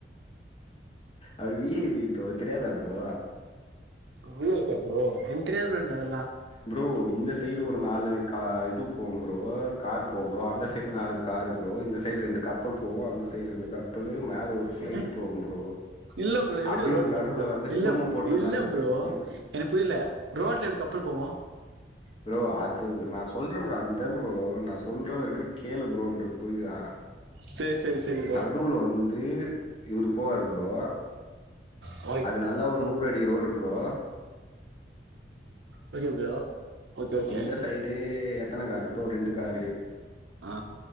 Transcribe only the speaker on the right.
வி ஐ பியா ப்ரோ என்க் தெரியாது ப்ரோ எனக்கு அதெல்லா
என்ன
இல்ல ப்ரோ எப்டி
ப்ரோ ரோட்ல
கப்
இல்ல
இல்ல
ப்ரோ
எனக்கு புரில ரோட்ல எப்டி கப்பல் போவு
சேர் சேர் செரி
ஆஹ <inaudible>
okay bro okay okay
ஆ